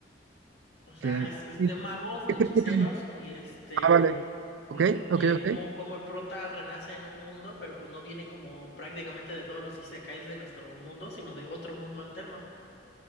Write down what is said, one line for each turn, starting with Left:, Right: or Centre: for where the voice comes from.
Left: o sea,
Right: Te-
Left: es, es
Right: ¿Y
Left: de
Right: de
Left: magos, de
Right: qué
Left: hechiceros
Right: trata?
Left: y este...
Right: Ah, vale. Ok,
Left: Ujú,
Right: ok,
Left: Y como,
Right: ok.
Left: como el prota renace en un mundo, pero pues no viene como prácticamente de todos los isekais de nuestro mundo, sino de otro mundo alterno.